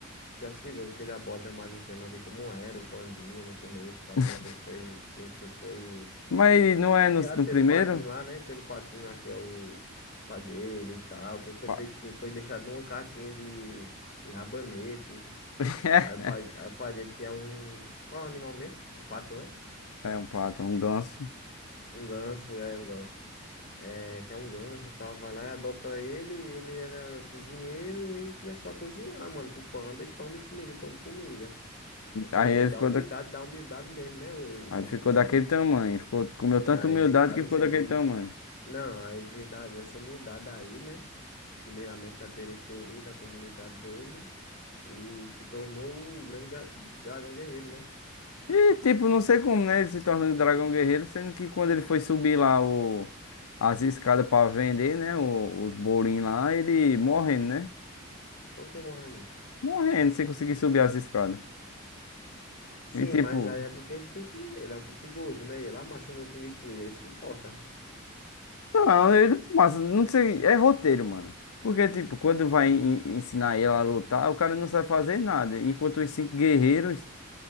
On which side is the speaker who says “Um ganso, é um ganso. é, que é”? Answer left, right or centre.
Left